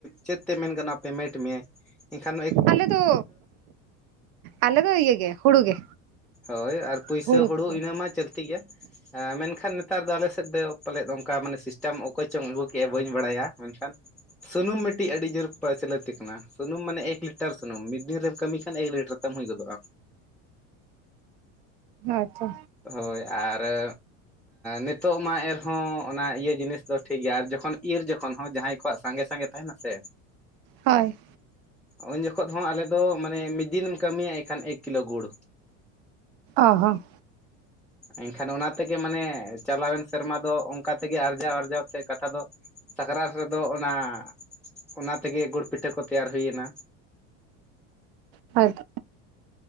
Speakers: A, in the centre; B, on the right (about 65°).
A: ᱪᱮᱫ ᱛᱮ ᱢᱮᱱ ᱜᱟᱱᱚᱜ ᱟ ᱯᱮᱢᱮᱱᱴ ᱢᱮᱭᱟ ᱮᱱᱠᱷᱟᱱᱼᱼ
B: ᱟᱞᱮ ᱫᱚ, ᱟᱞᱮ ᱫᱚ ᱤᱭᱟᱹ ᱜᱮ ᱦᱳᱲᱳ ᱜᱮ᱾
A: ᱦᱳᱭ ᱟᱨ ᱯᱩᱭᱥᱟᱹ
B: ᱦᱩᱲᱩ
A: ᱦᱳᱲᱳ
B: ᱜᱮ
A: ᱤᱱᱟᱹ ᱢᱟ ᱪᱟᱹᱞᱛᱤ ᱜᱮᱭᱟ ᱮᱸ ᱢᱮᱱᱠᱷᱟᱱ ᱱᱮᱛᱟᱨ ᱫᱚ ᱟᱞᱮ ᱥᱮᱫ ᱫᱚ ᱯᱟᱞᱮᱫ ᱚᱱᱠᱟ ᱢᱟᱱᱮ ᱥᱤᱥᱴᱮᱢ ᱚᱠᱚᱭ ᱪᱚᱝ ᱟᱹᱜᱩ ᱠᱮᱜ ᱵᱟᱹᱧ ᱵᱟᱲᱟᱭᱟ, ᱢᱮᱱᱠᱷᱟᱱᱼᱼ ᱥᱩᱱᱩᱢ ᱢᱤᱫᱴᱤᱡ ᱟᱹᱰᱤ ᱡᱳᱨ ᱯᱨᱪᱚᱞᱤᱛ ᱠᱟᱱᱟ᱾ ᱥᱩᱱᱩᱢ ᱢᱟᱱᱮ ᱮᱠ ᱞᱤᱴᱟᱨ ᱥᱩᱱᱩᱢ᱾ ᱢᱤᱫ ᱫᱤᱱ ᱨᱮᱢ ᱠᱟᱹᱢᱤ ᱠᱷᱟᱱ ᱮᱠ ᱞᱤᱴᱟᱨ ᱠᱟ. ᱢᱟ. ᱭ ᱜᱚᱫᱚᱜᱼᱟ᱾
B: ᱟᱪᱪᱷᱟ
A: ᱦᱳᱭ ᱟᱨᱼᱼ ᱮ ᱱᱤᱛᱚᱜ ᱢᱟ ᱮᱨᱦᱚᱸ ᱚᱱᱟ ᱤᱭᱟᱹ ᱡᱤᱱᱤᱥ ᱫᱚ ᱴᱷᱤᱠ ᱜᱮᱭᱟ ᱟᱨ ᱡᱚᱠᱷᱚᱱ ᱤᱨ ᱡᱚᱠᱷᱚᱱ ᱦᱚᱸ ᱡᱟᱦᱟᱸᱭ ᱠᱚᱣᱟᱜ ᱥᱟᱸᱜᱮ ᱥᱟᱸᱜᱮ ᱛᱟᱦᱮᱱᱟᱥᱮ
B: ᱦᱳᱭ
A: ᱩᱱ ᱡᱚᱠᱷᱚᱜ ᱦᱚᱸ ᱟᱞᱮ ᱫᱚ ᱢᱟᱱᱮ ᱢᱤᱫ ᱫᱤᱱᱮᱢ ᱠᱟᱹᱢᱤᱭᱟ ᱮᱱᱠᱷᱟᱱ ᱮᱠ ᱠᱤᱞᱳ ᱜᱩᱲ᱾
B: ᱦᱚ ᱦᱚᱸ
A: ᱮᱱᱠᱷᱟᱱ ᱚᱱᱟ ᱛᱮᱜᱮ ᱢᱟᱱᱮ ᱪᱟᱞᱟᱣᱮᱱ ᱥᱮᱨᱢᱟ ᱫᱚ ᱚᱱᱠᱟ ᱛᱮᱜᱮ ᱟᱨᱡᱟᱣ ᱟᱨᱡᱟᱣ ᱛᱮ ᱠᱟᱛᱷᱟ ᱫᱚᱼᱼ ᱥᱟᱠᱨᱟᱛ ᱨᱮᱫᱚ ᱚᱱᱟ, ᱚᱱᱟ ᱛᱮᱜᱮ ᱜᱩᱲ ᱯᱤᱴᱷᱟᱹ ᱠᱚ ᱛᱮᱭᱟᱨ ᱦᱩᱭᱱᱟ᱾
B: ᱦᱳᱭ ᱛᱚ